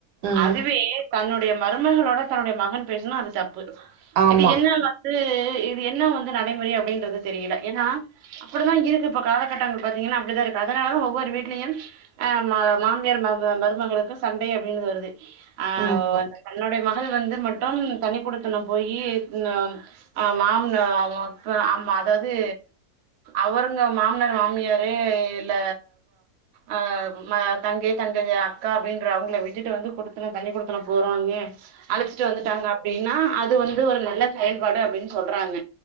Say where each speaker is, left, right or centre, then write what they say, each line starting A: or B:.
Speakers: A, on the right (about 80°); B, on the right (about 70°).
A: ம்
B: அதுவே தன்னுடைய மருமகளோட தன்னுடைய மகன் பேசுனா அது தப்பு
A: ஆமா
B: இது என்ன லா து இது என்ன வந்து நடைமுறை அப்டின்றது தெரியில என்னா அப்டிதா இருக்கு இப்பொ காலகட்டங்கள் பத்திங்கினா அப்டிதா இருக்கு அதனால ஒவ்வொரு வீட்லயும் அ மா மாமியார் மக மருமகளுக்கு சண்டை அப்டீன் வருது ஆ
A: ஆமா
B: தன்னுடை மகள் வந்து மட்டும் தனிக்குடுத்துனம் போயி ங்க அ மாம்னா அப்றொ அமா அதாது அவருங்க மாம்னார் மாமியாரே இல்ல அ ம தங்கை தங்க அக்கா அப்டின்ற அவங்ள விட்டுட்டு வந்து குடுத்தற தனி குடுத்துன போறாங்க அழச்சிட்டு வந்துட்டாங்க அப்டீனா அது வந்து ஒரு நல்ல செயல்பாடு அப்டீன் சொல்றாங்க